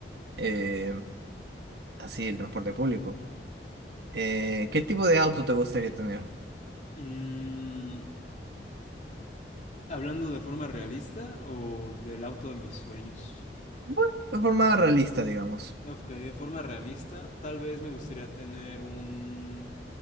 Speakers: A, on the right; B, on the left.
A: eh, así el transporte público. Eh, ¿qué tipo de auto te gustaría tener?
B: Mm, hablando de forma realista o del auto de mis sueños.
A: Bueno, de forma realista, digamos.
B: Ok, de forma realista, tal vez me gustaría tener un